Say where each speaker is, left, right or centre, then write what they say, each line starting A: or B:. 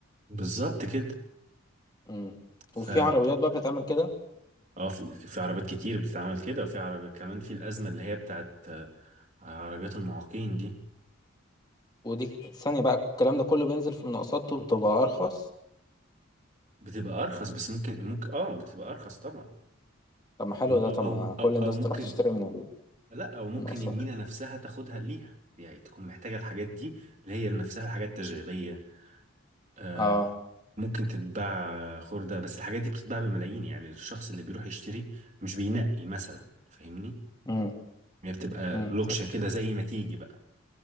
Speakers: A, on the right (about 35°); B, on the left (about 20°).
A: بالظبط كده
B: امم
A: ف
B: وفي عربيات بقى بتتعمل كده
A: اه في في عربيات كتير بتتعمل كده وفي عربية كمان في الأزمة اللي هي بتاعت آه، عربيات المعاقين دي
B: ودي ثانية بقى الكلام ده كله بينزل في مناقصات وبتبقى أرخص
A: بتبقى أرخص بس ممكن ممكن اه بتبقى أرخص طبعا
B: طب ما حلو
A: وم-
B: ده
A: أو
B: طب
A: أو
B: ما كل
A: أو,
B: الناس
A: أو ممكن
B: تروح تشتري من
A: لا او ممكن
B: المناقصات
A: المينا نفسها تاخدها ليها يعني تكون محتاجة الحاجات دي اللي هي نفسها الحاجات التجارية آه
B: اه
A: ممكن تتباع خردة بس الحاجات دي بتتباع بملايين يعني الشخص اللي بيروح يشتري مش بينقي مثلا فاهمني
B: امم
A: هي بتبقى
B: امم
A: لوكشة كده زي ما تيجي بقى